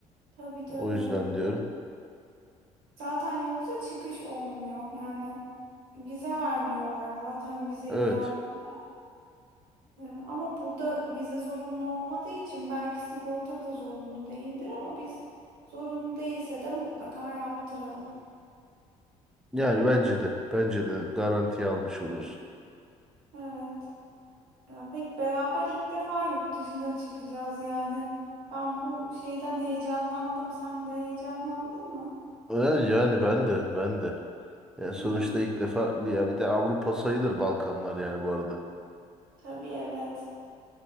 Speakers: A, on the right; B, in the centre.
A: Tabii tabii.
B: O yüzden diyorum.
A: Zaten yoksa çıkış olmuyor. Yani vize vermiyorlar zaten vizeli
B: Evet.
A: yerlerde. Ee, ama burada vize zorunlu olmadığı için belki sigorta da zorunlu değildir ama biz zorunlu değilse de mutlaka yaptıralım.
B: Yani bence de bence de garantiye almış oluruz.
A: Evet. Ya pek beraber ilk defa yurt dışına çıkacağız yani. Ben bu şeyden heyecanlandım. Sen de heyecanlandın mı?
B: Evet, yani ben de ben de. Yani sonuçta
A: Hı hı.
B: ilk defa ya bir de Avrupa sayılır Balkanlar yani bu arada.
A: Tabii evet.